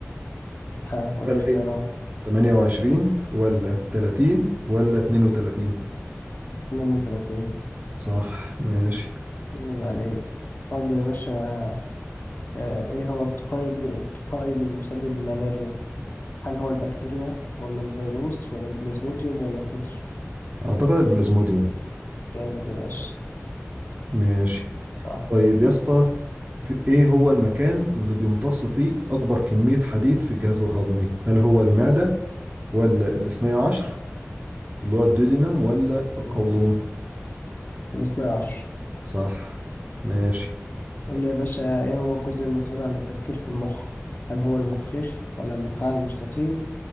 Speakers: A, on the left (about 40°); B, on the right (about 35°).
A: ها قول
B: هل
A: لي اختيارات
B: هي 28 ولا 30 ولا 32؟
A: اتنين وتلاتين
B: صح ماشي
A: عيب عليك قول لي يا باشا آه، ايه هو الطفيل الطفيل المسبب للملاريا؟ هل هو البكتيريا ولا الفيروس ولا البلازموديوم ولا الفطر؟
B: أعتقد البلازموديوم
A: جامد يا باشا
B: ماشي
A: صح
B: طيب يا اسطى في إيه هو المكان اللي بيمتص فيه أكبر كمية حديد في الجهاز الهضمي؟ هل هو المعدة ولا الاثني عشر اللي هو الديودينم ولا القولون؟
A: مم. الاثنى عشر
B: صح ماشي
A: قول لي يا باشا ايه هو الجزء المسؤول عن التفكير في المخ هل هو المخيخ ولا النخاع المستطيل